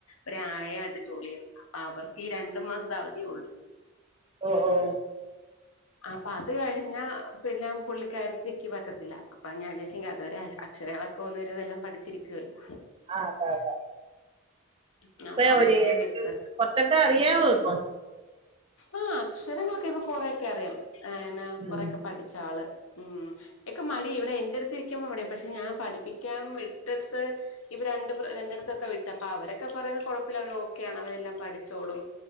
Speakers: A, on the left; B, on the right.
A: ഒരായായിട്ട് ജോലി ചെയ്യ അവർക്കി രണ്ടു മാസത്തെ അവധിയേ ഉള്ളൂ
B: ഓഹ് ഓഹ്
A: അപ്പൊ അത് കഴിഞ്ഞ പിന്നെ പുള്ളിക്കരത്തിക്ക് പറ്റത്തില്ല അപ്പൊ ഞാൻ വിച്ചാര്ച്ച്ങ്കി അതുവരെ അക്ഷരങ്ങളൊക്കെ ഒന്ന് ഒരുവിദെല്ലാം പഠിച്ചിരിക്കുവല്ലോ?
B: ആഹ് അത അതെ.
A: <inaudible>
B: ഇപ്പഴാ
A: അങ്ങനെ
B: ഒരു
A: ഞാൻ വിട്ട്.
B: ഉം കൊറച്ചൊക്കെ അറിയാവോ ഇപ്പൊ?
A: ആഹ് അക്ഷരങ്ങളൊക്കെ ഇപ്പൊ കൊറെയൊക്കെ അറിയാം ഏഹ് ന്ന
B: ഉം
A: കൊറേക്കെ പഠിച്ച ആള്. ഉം എക്ക് മടി ഇവിടെ എന്റെടുത്ത് ഇരിക്കുമ്പോ മടിയാ പക്ഷെ ഞാൻ പഠിപ്പിക്കാം വിട്ടട്ത്ത് ഇപ്പൊ രണ്ട് രണ്ടിടത്തൊക്കെ വിട്ട് അപ്പൊ അവരൊക്കെ പറയുന്നേ കൊഴപ്പല്ല അവൻ ഓക്കെയാണ് അവനെല്ലാം പഠിച്ചോളും